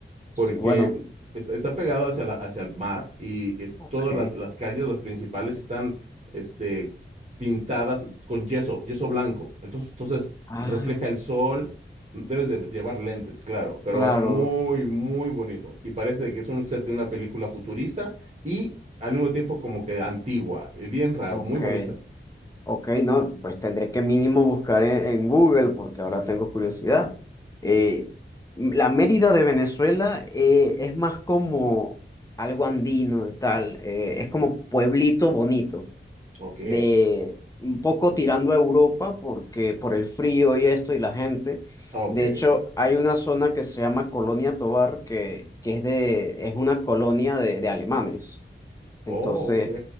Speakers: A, on the left; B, on the right.
A: sí,
B: porque
A: bueno,
B: es- está pegado hacia la- hacia el mar y es,
A: ok.
B: todas las, las calles, las principales, están este, pintadas con yeso, yeso blanco. Entonces, entonces
A: Ah,
B: refleja el sol. Debes de llevar lentes, claro, pero
A: claro,
B: es muy, muy bonito. Y parece que es un set de una película futurista y al mismo tiempo como que antigua, y bien raro,
A: ok.
B: muy bonita.
A: Ok, no, pues tendré que mínimo buscar en, en Google porque ahora tengo curiosidad. Eh, la Mérida de Venezuela eh, es más como algo andino y tal, eh, es como pueblito bonito,
B: Ok,
A: de un poco tirando a Europa porque por el frío y esto y la gente.
B: ok,
A: De hecho, hay una zona que se llama Colonia Tovar que, que es de, es una colonia de, de alemanes. Entonces,
B: oh, ok,